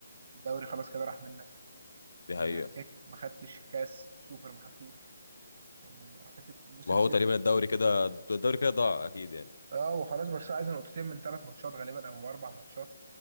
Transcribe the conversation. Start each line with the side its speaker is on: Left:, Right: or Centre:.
Right: الدوري خلاص كده راح منك
Left: دي حقيقه
Right: يعني هيك ما خدتش كاس سوبر ما خدتوش يعني اعتقد موسم
Left: ما هو
Right: صفر
Left: تقريبا
Right: وبطولات
Left: الدوري كده الدوري كده ضاع اكيد يعني
Right: اه وخلاص برشلونه عايزه نقطتين من ثلاث ماتشات غالبا او اربع ماتشات